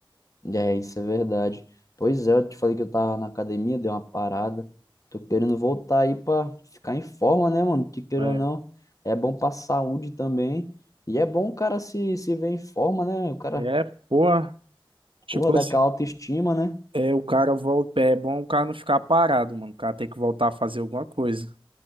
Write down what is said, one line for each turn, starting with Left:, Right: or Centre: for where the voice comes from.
Left: É, isso é verdade. Pois é, eu te falei que eu tava na academia, dei uma parada. Tô querendo voltar aí pra ficar em forma, né, mano? Que queira
Right: É,
Left: ou não, é bom pra saúde também. E é bom o cara se, se ver em forma, né? O cara,
Right: é, porra. Tipo
Left: porra, dá
Right: assim.
Left: aquela autoestima, né?
Right: É, o cara volta. É bom o cara não ficar parado, mano. O cara tem que voltar a fazer alguma coisa.